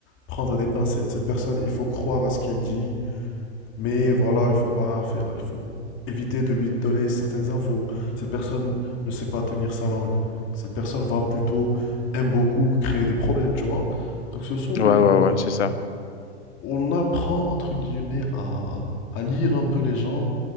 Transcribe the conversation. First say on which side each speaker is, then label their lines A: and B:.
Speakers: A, on the left (about 35°); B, on the left (about 75°).
A: prendre des pincettes. Cette personne, il faut croire à ce qu'elle dit, mais voilà, il faut pas faire, il faut éviter de lui donner certaines infos. Cette personne ne sait pas tenir sa langue. Cette personne va plutôt, aime beaucoup créer des problèmes, tu vois. Donc ce sont des...
B: ouais,
A: Mm.
B: ouais, c'est ça.
A: On apprend, entre guillemets, à, à lire un peu les gens